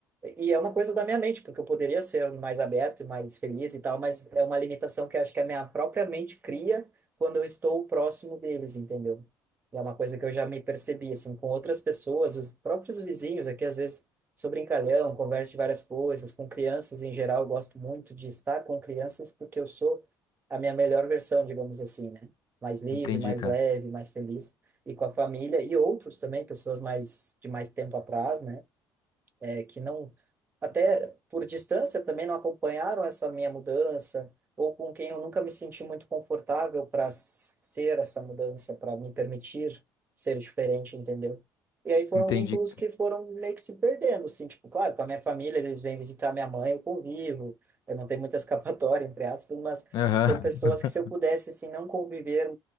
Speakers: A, on the right; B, on the left.
A: e é uma coisa da minha mente, porque eu poderia ser mais aberto, mais feliz e tal, mas é uma limitação que eu acho que a minha própria mente cria quando eu estou próximo deles, entendeu? E é uma coisa que eu já me percebi, assim, com outras pessoas, os próprios vizinhos aqui, às vezes, sou brincalhão, converso de várias coisas, com crianças em geral, eu gosto muito de estar com crianças porque eu sou a minha melhor versão, digamos assim, né? Mais livre,
B: entendi,
A: mais
B: cara.
A: leve, mais feliz. E com a família e outros também, pessoas mais de mais tempo atrás, né? é, que não, até por distância também não acompanharam essa minha mudança, ou com quem eu nunca me senti muito confortável para ser essa mudança, para me permitir ser diferente, entendeu? E aí foram
B: Entendi.
A: vínculos que foram meio que se perdendo, assim, tipo, claro, com a minha família, eles vêm visitar minha mãe, eu convivo, eu não tenho muita <laughs> escapatória, entre aspas, mas
B: Aham.
A: são pessoas
B: <laughs>
A: que se eu pudesse, assim, não conviver,